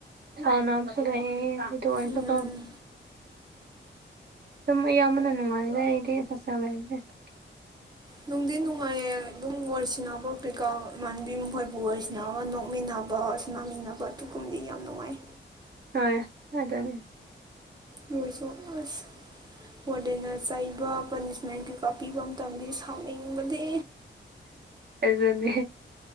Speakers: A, on the right; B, on the right.
A: ꯑꯅꯥꯝꯁꯨ ꯂ꯭ꯩꯌꯦ ꯑꯗꯨ ꯑꯣꯏꯔꯁꯨꯀꯣ꯫
B: ꯎꯝ
A: ꯑꯗꯨꯝ ꯑꯌꯥꯝꯕꯅ ꯅꯨꯡꯉꯥꯏ ꯂꯩꯗꯤ ꯍꯣꯁꯇꯦꯜ ꯂꯩꯕꯁꯦ꯫
B: ꯅꯨꯡꯗꯤ ꯅꯨꯡꯉꯥꯏꯌꯦ ꯑꯗꯨꯝ ꯋꯥꯔꯤꯁꯤꯅꯕ ꯀꯔꯤꯀꯥ ꯏꯃꯥꯟꯕꯤ ꯃꯈꯣꯏꯕꯨ ꯋꯥꯔꯤ ꯁꯤꯟꯅꯔꯒ ꯅꯣꯛꯃꯤꯟꯅꯕ꯫ ꯂꯥꯡꯃꯤꯟꯅꯕ ꯑꯗꯨꯒꯨꯝꯗꯤ ꯌꯥꯝ ꯅꯨꯡꯉꯥꯏ꯫
A: ꯍꯣꯏ ꯑꯗꯨꯅꯤ꯫
B: ꯂꯣꯏꯁꯨ ꯑꯁ ꯋꯥꯔꯗꯦꯑꯅ ꯆꯩꯕ ꯄꯥꯅꯤꯁꯃꯦꯟꯒꯤ꯫ ꯄꯥꯛꯄꯤꯕ ꯃꯇꯝꯗꯗꯤ ꯁꯥꯎꯅꯤꯡꯕꯗꯤ꯫
A: ꯑꯗꯨꯅꯦ